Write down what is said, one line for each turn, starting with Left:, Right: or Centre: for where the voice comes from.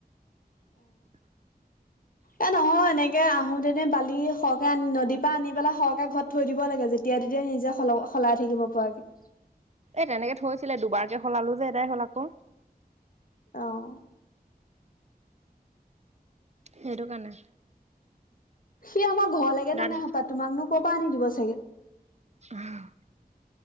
Right: <inaudible>
Left: এই নহয় এনেকৈ আহোঁতেনে বালি সৰহকৈ আনি নদীৰ পৰা আনি পেলাই সৰহকৈ ঘৰত থৈ দিব লাগে যেতিয়া তেতিয়া নিজে স সলাই থাকিব পৰাকে
Right: এই তেনেকে থৈছিলে দুবাৰকে সলালো যে এটাই হ'ল আক
Left: অহ
Right: সেইটো কাৰণে
Left: সি আমাৰ ঘৰ লাগে
Right: দাদ
Left: নানে হপা তোমাকনো কৰ পৰা আনি দিব চাগে।
Right: আহ